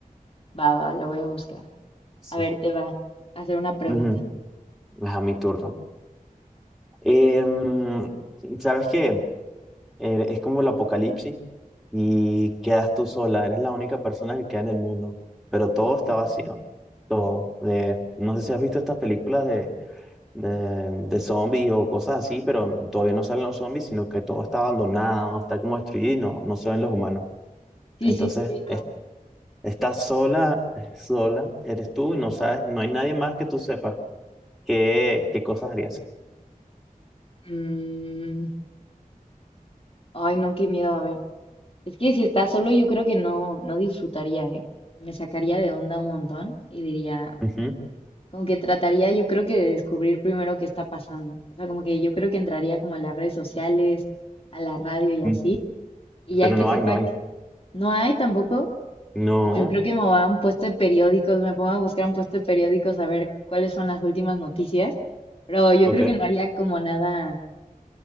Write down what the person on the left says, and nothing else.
Va, va, va, lo voy a buscar.
A ver, te va a hacer una pregunta.
Ok.
Sí,
sí, sí, ubico.
Mm, ay, no, qué miedo, a ver. Es que si está solo, yo creo que no, no disfrutaría, ¿eh? Me sacaría de onda un montón y diría,
como que trataría, yo creo que de descubrir primero qué está pasando. O sea, como que yo creo que entraría como a las redes sociales, a la radio y así.
Y ya
que
sepa
que no hay tampoco,
pues yo creo que me voy a un puesto de periódicos, me pongo a buscar un puesto de periódicos a ver cuáles son las últimas noticias. Pero yo
creo que no haría como nada,